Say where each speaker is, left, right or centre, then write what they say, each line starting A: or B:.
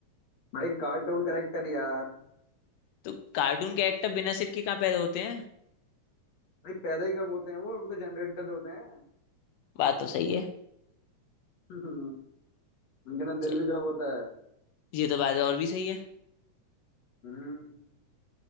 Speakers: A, on the left; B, on the left.
A: भाई कार्टून करेक्टर यार
B: तो कार्टून कैरेक्टर बिना सिर के कहाँ पैदा होते हैं
A: भाई पैदा ही कब होते हैं वो वो तो जनरेटेड होते हैं
B: बात तो सही है
A: <laughs> उनके अंदर
B: च-
A: दिल भी कब होता है
B: ये तो बात और भी सही है
A: हम्म